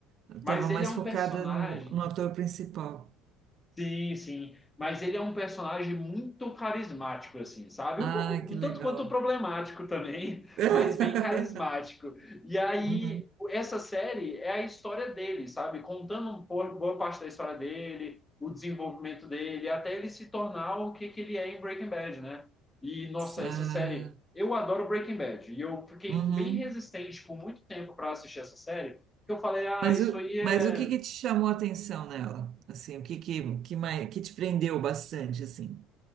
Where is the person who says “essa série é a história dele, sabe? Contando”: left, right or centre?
Left